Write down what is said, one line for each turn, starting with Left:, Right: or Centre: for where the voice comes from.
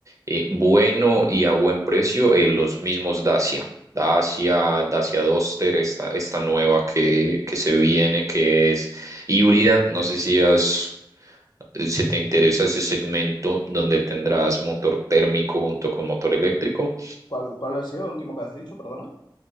Right: eh, bueno y a buen precio, eh, los mismos Dacia. Dacia, Dacia
Left: vale.
Right: Duster, esta, esta nueva que, que se viene, que es híbrida. No sé si has eh, Si te interesa ese segmento donde tendrás motor térmico junto con motor eléctrico,
Left: ¿Cuál, cuál ha sido el último que has dicho, perdona?